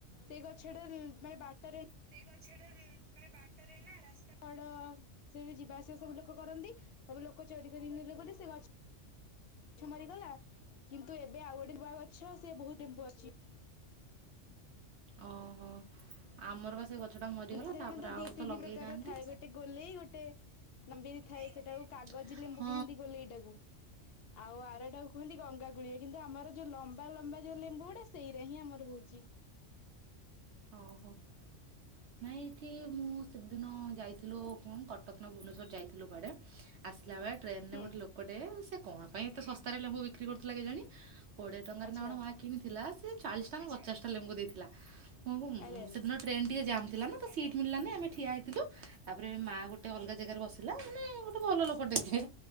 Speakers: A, on the left; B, on the right.
A: ସେଇ ଗଛ ଟା ମାନେ ବାଟରେ
B: ସେ ଗଛଟା ମାନେ ବାଟରେ ନା ରାସ୍ତା
A: ତ ସେଠି ଯିବା ଆସିବା ସବୁ ଲୋକ କରନ୍ତି ତାପରେ ଲୋକ ଚୋର କରିକି ନେଲେ ବୋଲି ସେ ଗଛ ଗଛ ମାରିଗଲା। କିନ୍ତୁ ଏବେ ଆଉ ଗୋଟେ ନୂଆ ଗଛ ସେ ବହୁତ ଲେମ୍ବୁ ଆସୁଛି।
B: ଓହୋଃ ଆମର ପା ସେ ଗଛଟା ମରିଗଲା
A: <unintelligible>
B: ତାପରେ
A: ତ
B: ଆଉ
A: ଦି ତିନି
B: ଲଗେଇ
A: ପ୍ରକାରର
B: ନାହାନ୍ତି।
A: ଥାଏ ଗୋଟେ ଗୋଲେଇ ଗୋଟେ ନମ୍ବିରି ଥାଏ
B: ହଁ।
A: ସେଟାକୁ କାଗଜ ଲେମ୍ବୁ କୁହନ୍ତି ଗୋଲେଇ ଟାକୁ। ଆଉ ଆର ଟାକୁ କୁହନ୍ତି ଗଙ୍ଗାକୂଳି କିନ୍ତୁ ଆମର ଯୋଉ ଲମ୍ବା ଲମ୍ବା ଯୋଉ ଲେମ୍ବୁ ଗୁଡ଼ା ସେଇରା ହିଁ ଆମର ହଉଛି।
B: ଓହୋଃ ନାଇଁ ଏଠି ମୁଁ ସେ ଦିନ ଯାଇଥିଲୁ କଟକ ନା ଭୁବନେଶ୍ୱଵର ଯାଇଥିଲୁ କୁଆଡ଼େ ଆସିଲା ବେଳେ ଟ୍ରେନ ରେ
A: ହୁଁ
B: ଗୋଟେ ଲୋକ ଟେ ସେ କଣ ପାଇଁ ଏତେ ଶସ୍ତା ରେ ଲେମ୍ବୁ ବିକ୍ରି କରୁଥିଲା କେଜାଣି? କୋଡ଼ିଏ ଟଙ୍କାରେ
A: ଆଚ୍ଛା
B: ନା ଗଣ ମା କିଣିଥିଲା ସେ ଚାଳିଶ ଟା ନା ପଚାଶଟା ଲେମ୍ବୁ ଦେଇଥିଲା ମୁୁଁ
A: ଆରେ ଆରେ
B: ସେଦିନ ଟ୍ରେନ୍ ଟିକେ ଜାମ୍ ଥିଲା ନା ତ ସିଟ୍ ମିଳିଲାନି ଆମେ ଠିଆ ହୋଇଇଥିଲୁ ତାପରେ ମାଆ ଗୋଟେ ଅଲଗା ଜାଗାରେ ବସି ପିଲା ମାନେ ଗୋଟେ ଭଲ ଲୋକଟେ କିଏ?